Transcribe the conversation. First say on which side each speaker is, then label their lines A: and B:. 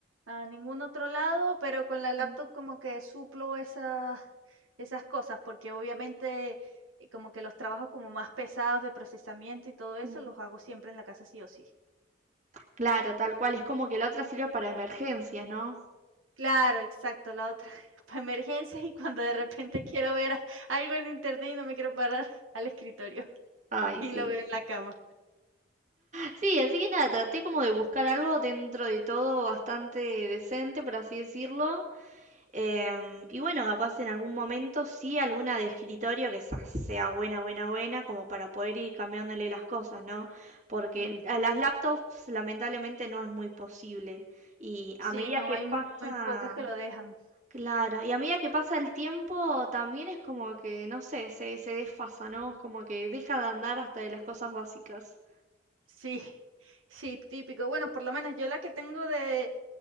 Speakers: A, on the right (about 80°); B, on the right (about 35°).
A: a ningún otro lado, pero con la laptop
B: Mm,
A: como que suplo esas esas cosas, porque obviamente, eh, como que los trabajos como más pesados de procesamiento y todo eso,
B: mm.
A: los hago siempre en la casa sí o sí.
B: Claro, tal cual, es como que la otra sirve para emergencias, ¿no?
A: Claro, exacto, la otra <laughs> para emergencias y cuando de repente quiero ver a algo en internet y no me quiero parar al escritorio <laughs>
B: Ay,
A: y
B: sí.
A: lo veo en la cama.
B: Sí, así que nada, traté como de buscar algo dentro de todo bastante decente, por así decirlo. Em, y bueno, capaz en algún momento sí alguna de escritorio que esa sea buena, buena, buena, como para poder ir cambiándole las cosas, ¿no? Porque
A: Mm.
B: a las laptops lamentablemente no es muy posible. Y a
A: Sí,
B: medida
A: no,
B: que
A: hay mu-
B: pasa,
A: muy pocas que lo dejan.
B: claro, y a medida que pasa el tiempo también es como que, no sé, se, se desfasa, ¿no? Es como que deja de andar hasta de las cosas básicas.
A: Sí, sí, típico. Bueno, por lo menos yo la que tengo de,